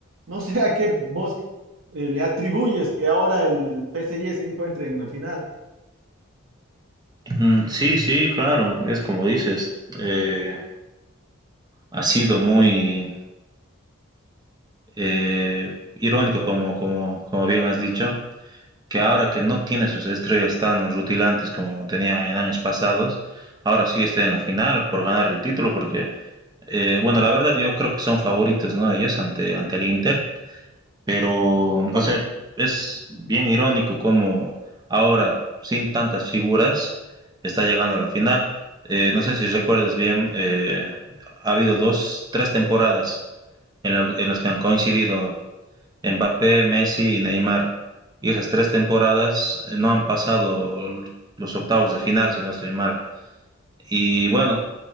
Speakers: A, on the right; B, on the right.
A: No sé a qué vos eh, le atribuyes que ahora el PSG se encuentre en una final.
B: Mm, sí, sí, claro, es como dices. eh, ha sido muy, eh, irónico, como, como, como bien has dicho, que ahora que no tiene sus estrellas tan rutilantes como tenía en años pasados, ahora sí está en la final por ganar el título, porque, eh, bueno, la verdad yo creo que son favoritos, ¿no? Ellos ante, ante el Inter, pero, o sea, es bien irónico como ahora, sin tantas figuras, está llegando a la final. Eh, no sé si recuerdas bien, eh, ha habido dos, tres temporadas en, lo, en las que han coincidido Mbappé, Messi y Neymar. Y esas tres temporadas eh, no han pasado los octavos de final, si no estoy mal. Y bueno,